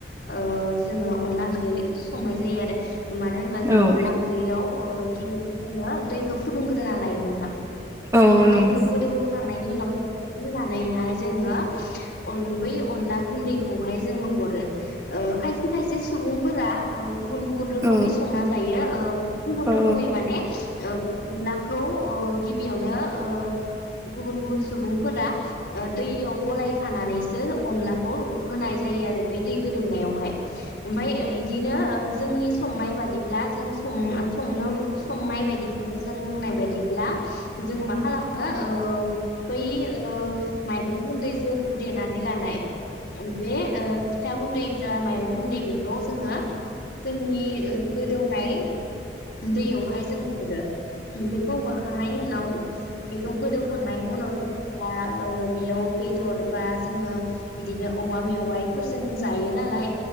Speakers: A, on the left (about 55°); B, on the right (about 15°).
A: ओ जोङो अनला ओंख्रि संनाय जायो आरो मानो होनबा जों
B: औ
A: अनला ओंख्रियाव ओ <unintelligible> खौ फुदुंग्रोना लायो नोंथां
B: औ नंगौ
A: दैखौ गोदौहोखां खां उनाव <unintelligible> होनानैहाय जोङो अन बै अनला गुन्दैखौहाय जोङो हरो ओ खायसे खायसे सुबुंफोरा ओ गुबुन गुबुन रोखोमै
B: औ
A: संना जायो ओ गुबुन
B: औ
A: रोखोमै माने ओ अनलाखौ ओ गिबियावनो ओ गुबुन गुबुन सुबुंफोरा ओ दैयाव गलाय खानानैसो अनलाखौ होनाय जायो आरो बै दै गोदौनायावहाय ओमफाय ओइदिनो ओ जोंनि संनाय बादिब्ला जों सं संनो संनाय बायदिब्ला जों रोंनाय बायदिब्ला जों मा खालामो ओ बै ओ माइरं गुन्दै जेथु देनानै लानाय बे ओ फिथा गुन्दै जा माइरं गुन्दै बेखौ जोङो जोंनि गोदौनाय दैयावहाय जों हरो उम बेखौ हरखांनायनि उनाव बेखौ गोदौखांनायनि उनाव जों दा ओ बेयाव बेदर बा जोङो बिदिनो औवा मेवाइफोरजों जायो नालाय